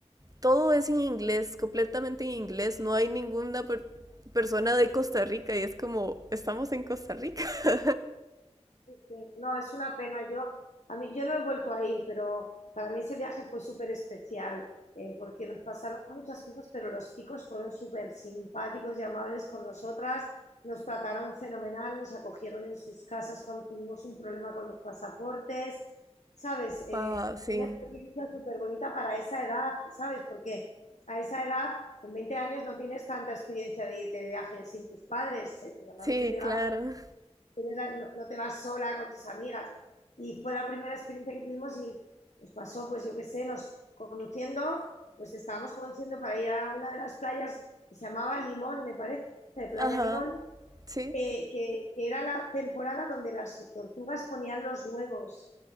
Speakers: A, on the right; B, on the left.
A: todo es en inglés, completamente en inglés. No hay ninguna per- persona de Costa Rica y es como, estamos en Costa Rica. <laughs>
B: sí. No, es una pena. Yo, a mí, yo no he vuelto a ir, pero para mí ese viaje fue súper especial, eh, porque nos pasaron muchas cosas, pero los chicos fueron súper simpáticos y amables con nosotras, nos trataron fenomenal, nos acogieron en sus casas cuando tuvimos un problema con los pasaportes, ¿sabes? Eh,
A: Wow, sí.
B: una experiencia súper bonita para esa edad, ¿sabes? Porque a esa edad, con 20 años, no tienes tanta experiencia de irte de viaje sin tus padres. eh, Normalmente
A: Sí,
B: te
A: claro.
B: vas tienes la- no, no te vas sola con tus amigas. Y fue la primera experiencia que tuvimos y nos pasó, pues yo qué sé, nos conduciendo, pues estábamos conduciendo para ir a una de las playas que se llamaba Limón, me parece, Playa
A: Ajá.
B: Limón,
A: Sí.
B: que, que- era la temporada donde las tortugas ponían los huevos,